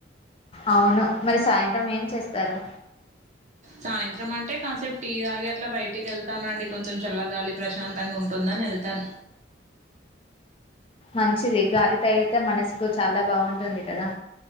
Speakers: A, on the left; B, on the right.
A: అవును మరి సాయంత్రం ఏం చేస్తారు
B: సాయంత్రం అంటె కాసేపు టీ తాగి అట్ల బయటికేళ్తానండి కొంచెం చల్లగాలి ప్రశాంతంగుంటుందన్ నెళ్తాను
A: మంచిది గాలి తగిలితే మనసుకు చాలా బావుంటుంది కదా